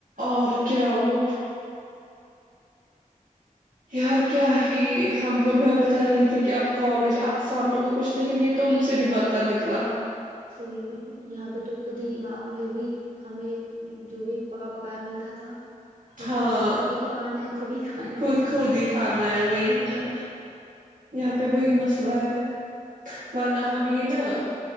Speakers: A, on the right; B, on the right.
A: اور کیا وہ یار کیا ہی ہم میں بتا رہی تھی کہ اب کالج آسان ہوگا کچھ لیکن یہ تو ان سے بھی بدتر نکلا
B: سی میں یہاں پہ تو خود ہی وہاں پہ پھر بھی ہمیں جو بھی پکا پکایا ملتا تھا یہاں
A: ہاں
B: پہ تو خود ہی پکانا ہے خود ہی کھانا
A: خود
B: ہے
A: خود ہی کھانا ہے وہی ہے نا یہاں
B: بہت
A: پہ
B: مشکل
A: وہی مسئلہ ہے ورنہ ہم
B: ہ
A: یہ نا